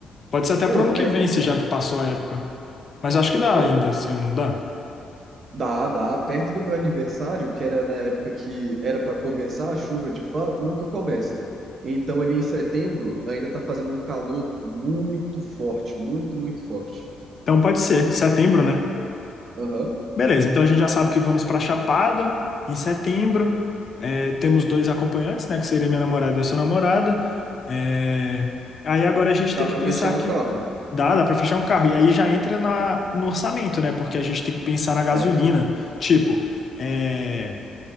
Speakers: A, on the left; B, on the right.
A: Pode ser até
B: Pô,
A: pro ano que
B: pe-
A: vem, se já passou a época. Mas acho que dá
B: pô,
A: ainda esse ano, não dá?
B: Dá, dá. Perto do meu aniversário, que era na época que era para começar a chuva, de fato, nunca começa. Então, ali em setembro, ainda tá fazendo um calor muito forte, muito, muito forte.
A: Então pode ser, setembro, né?
B: Aham.
A: Beleza, então a gente já sabe que vamos pra Chapada em setembro. É, temos dois acompanhantes, né? Que seria minha namorada e a sua namorada. É, Aí agora a gente
B: Dá
A: tem que
B: para
A: pensar
B: fechar um
A: que
B: carro.
A: dá, dá pra fechar um carro. E aí já entra na... no orçamento, né? Porque a gente tem que pensar na gasolina.
B: É.
A: Tipo, é,